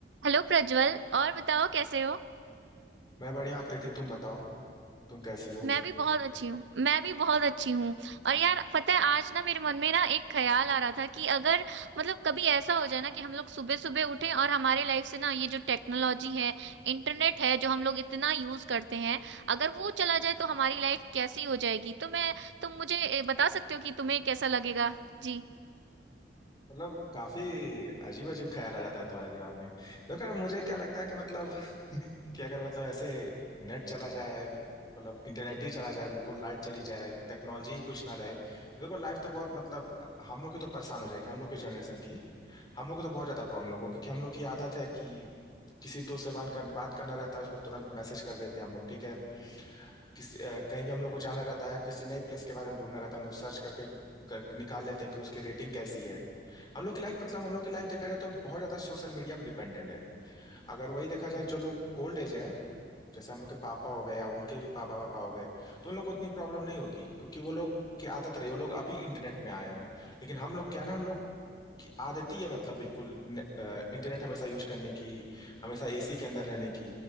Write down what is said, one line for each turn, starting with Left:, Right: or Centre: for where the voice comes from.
Right: Hello Prajwal और बताओ कैसे हो
Left: मैं बढ़िया हूँ, आकृति तुम बताओ तुम कैसी हो
Right: मैं भी बहुत अच्छी हूँ मैं भी बहुत अच्छी हूँ और यार पता है आज ना मेरे मन में ना एक ख्याल आ रहा था कि अगर मतलब कभी ऐसा हो जाए ना कि हम लोग सुबह सुबह उठें और हमारे लाइफ से ना ये जो टेक्नोलॉजी है इंटरनेट है जो हम लोग इतना यूज करते हैं अगर वो चला जाए तो हमारी लाइफ कैसी हो जाएगी तो मैं तुम मुझे ए, बता सकते हो कि तुम्हें कैसा लगेगा जी
Left: मतलब काफी अजीब अजीब ख्याल आ जाता है तुम्हारे दिमाग में देखो यार मुझे क्या लगता है कि मतलब <laughs> कि अगर मतलब ऐसे नेट चला जाए मतलब इंटरनेट ही चला जाए बिल्कुल लाइट चली जाए टेक्नोलॉजी ही कुछ ना रहे तो देखो लाइफ तो बहुत मतलब हम लोग की तो परेशान हो जाएगी हम लोग के जनरेशन की हम लोग को तो बहुत ज्यादा प्रॉब्लम होगा क्योंकि हम लोग की आदत है कि किसी दोस्त से बात कर बात करना रहता है उसको तुरंत मैसेज कर देते हैं हम लोग ठीक है किसी अ, कहीं भी हम लोग को जाना रहता है किसी नई प्लेस के बारे में ढूंढना रहता है हम लोग सर्च करके कर, निकाल लेते हैं कि उसकी रेटिंग कैसी है हम लोग की लाइफ मतलब हम लोग की लाइफ देखा जाए तो बहुत ज्यादा सोशल मीडिया पर डिपेंडेंट है अगर वही देखा जाए जो लोग ओल्ड एज है जैसे हम लोग के पापा हो गए या उनके भी पापा पापा हो गए तो उन लोग को उतनी प्रॉब्लम नहीं होगी क्योंकि वो लोग की आदत रही वो लोग अभी इंटरनेट में आए हैं लेकिन हम लोग क्या ना हम लोग की आदत ही है मतलब बिल्कुल इंटरनेट हमेशा यूज करने की हमेशा एसी के अंदर रहने की